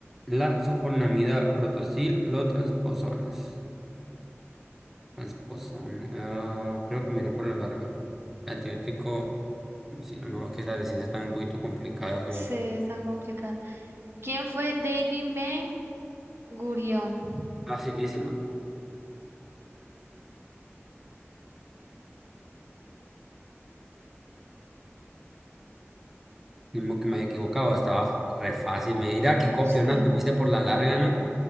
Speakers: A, in the centre; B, on the right.
A: la sulfonamida protosil, los transposones. Transposón. ah, creo que miré por la larga. Antibiótico, si no, no, que las ciencias están un poquito complicadas hoy.
B: Sí, es tan complicado. ¿Quién fue David Ben Gurión?
A: Facilísima. Mismo que me haya equivocado, estaba re fácil. Me dirá que copio,
B: Sí.
A: ¿no? Te fuiste por la larga, ¿no?